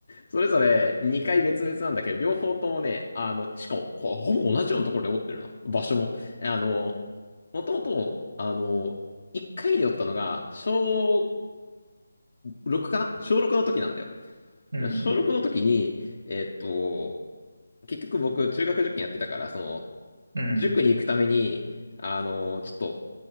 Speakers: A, on the left (about 60°); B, on the right (about 60°).
A: それぞれ2回別々なんだけど、両方ともね、あの、しかもほ、ほぼ同じようなところで折ってるな。場所も。あの、もともと、あの、1回に折ったのが、小6かな小6の時なんだよ。
B: うん。
A: 小6の時に、えっと、結局僕、中学受験やってたから、その、
B: うん。
A: 塾に行くために、あの、ちょっと、